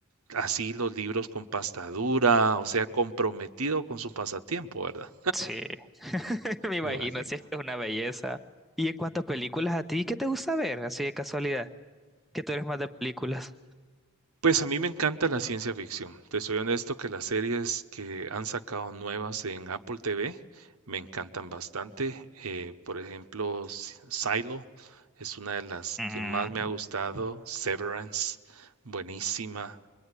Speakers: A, on the right; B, in the centre.
A: así los libros con pasta dura, o sea, comprometido con su pasatiempo, ¿verdad?
B: Sí, <laughs> me imagino,
A: Me imagino.
B: sí, es que es una belleza. Y en cuanto a películas, ¿a ti qué te gusta ver? Así de casualidad, que tú eres más de películas.
A: Pues a mí me encanta la ciencia ficción. Te soy honesto que las series que han sacado nuevas en Apple TV me encantan bastante. Eh, por ejemplo, S- Silo es una de las
B: Mm,
A: que más me ha gustado. Severance, buenísima.